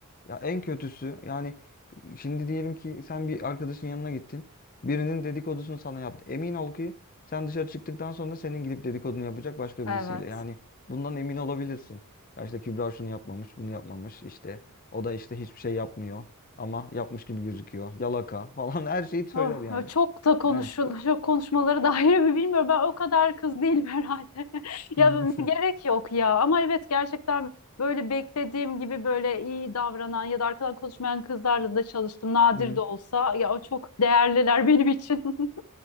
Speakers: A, on the left; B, on the left.
A: ya en kötüsü yani şimdi diyelim ki sen bir arkadaşın yanına gittin. Birinin dedikodusunu sana yaptı. Emin ol ki sen dışarı çıktıktan sonra senin gidip dedikodunu yapacak başka
B: Evet.
A: birisiyle. Yani bundan emin olabilirsin. Ya işte Kübra şunu yapmamış, bunu yapmamış işte. O da işte hiçbir şey yapmıyor ama yapmış gibi gözüküyor. Yalaka falan <laughs> her şeyi söyler
B: Oh,
A: yani.
B: çok da konuşul,
A: Yani.
B: çok konuşmaları da <laughs> ayrı bir bilmiyorum. Ben o kadar kız değilim herhalde. <laughs> Ya
A: Hı hı,
B: gerek yok ya. Ama evet gerçekten böyle beklediğim gibi böyle iyi davranan ya da arkadan konuşmayan kızlarla da çalıştım. Nadir
A: hı
B: de olsa ya o çok değerliler benim için. <laughs>